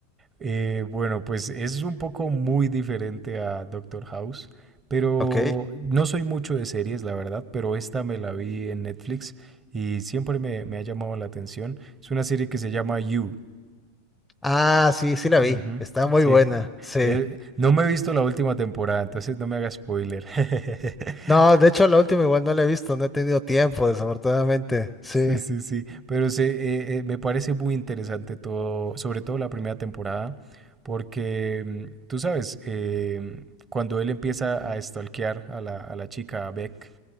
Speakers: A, on the right; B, in the centre.
A: Eh, bueno, pues es un poco muy diferente a Doctor House, pero
B: Ok.
A: no soy mucho de series, la verdad, pero esta me la vi en Netflix y siempre me, me ha llamado la atención. Es una serie que se llama You.
B: Ah, sí, sí la
A: Ujú,
B: vi. Está muy
A: sí.
B: buena, sí.
A: Eh, no me he visto la última temporada, entonces no me haga spoiler. <laughs>
B: No, de hecho la última igual no la he visto, no he tenido tiempo, desafortunadamente. Sí.
A: Sí, sí, sí, pero se, eh, eh, me parece muy interesante todo, sobre todo la primera temporada, porque mm, tú sabes, em, cuando él empieza a stalkear a la, a la chica, a Beck,